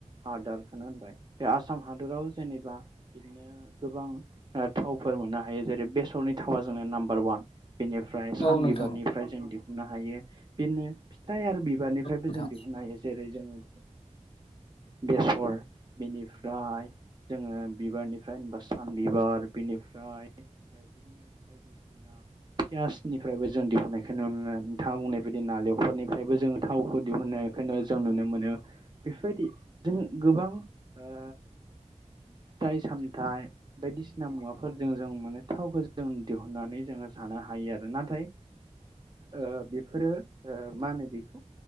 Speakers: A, on the right; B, on the left.
A: हादरखौनो होनबाय बे आसाम हादराव जेनेबा बिदिनो गोबां थावफोर मोननो हायो जेरै बेसरनि थावा जोंना नाम्बार वान बेनिफ्राय सानबिबारनिफ्राय
B: औ नोंथां
A: जों दिहु ना हायो बेनो फिथाय आरो बि बिबारनिफ्रायबो
B: नोंथां
A: जों दिहुननो हायो जेरै जोङो <unintelligible> बेसर बिनिफ्राय ओमफ्राय जोङो बिबारनिफ्राय होनबा सान बिबार बिनिफ्राय बिदिनो बायदिसिना पियासनिफ्रायबो जों दिहुननायखौ नुनो मोनो नोंथाङा बुंनाय बायदि नालेंखरनिफ्रायबो जोङो थावखौ दिहुननायखौनो जों नुनो मोनो बेफोरबायदि जों गोबां ओ फिथाय सामथाय बायदिसिना मुवाफोरजों जों माने थावखौ जों दिहुननानै जोङो थानो हायो आरो नाथाय ओ बेफोरो ओ मा होनो बेखौ